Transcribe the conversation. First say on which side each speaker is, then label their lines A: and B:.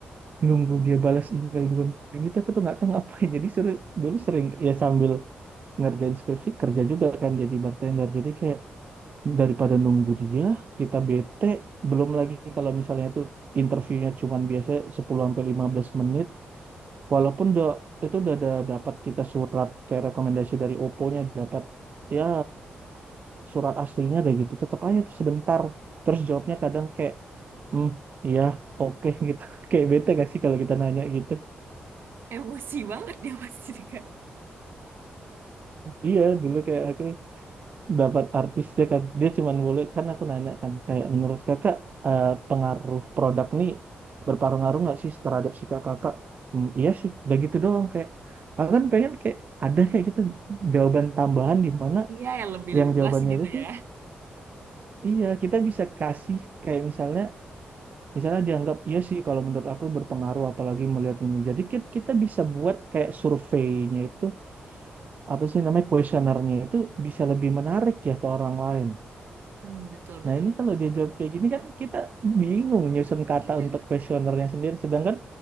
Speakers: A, on the right (about 45°); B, on the right (about 65°).
A: nunggu dia balas email dua minggu itu aku tuh nggak tahu ngapain <laughs> jadi seru dulu sering ya sambil ngerjain skripsi kerja juga kan jadi bartender jadi kayak daripada nunggu dia kita bete belum lagi kalau misalnya itu interviewnya cuman biasanya 10 sampai 15 menit walaupun udah itu udah ada dapat kita surat kayak rekomendasi dari Oppo-nya dapat ya surat aslinya deh gitu tetap aja tuh sebentar terus jawabnya kadang kayak hmm ya oke <laughs> gitu kayak bete gak sih kalau kita nanya gitu
B: Emosi banget dia pasti Kak.
A: iya dulu kayak akhirnya dapat artisnya kan dia cuman boleh kan aku nanya kan kayak menurut kakak eh, pengaruh produk nih berpengaruh nggak sih terhadap si kakak Hmm, iya sih udah gitu doang kayak aku kan pengen kayak ada kayak gitu jawaban tambahan di mana
B: Iya, yang lebih
A: yang
B: luas
A: jawabannya
B: gitu
A: itu tuh
B: ya.
A: iya kita bisa kasih kayak misalnya misalnya dianggap iya sih kalau menurut aku berpengaruh apalagi melihat ini jadi kit- kita bisa buat kayak surveinya itu apa sih namanya kuesionernya itu bisa lebih menarik ya ke orang lain
B: Hmm, betul, betul,
A: Nah, ini
B: betul.
A: kalau dia jawab kayak gini kan kita bingung nyusun kata
B: Iya.
A: untuk kuesionernya sendiri. Sedangkan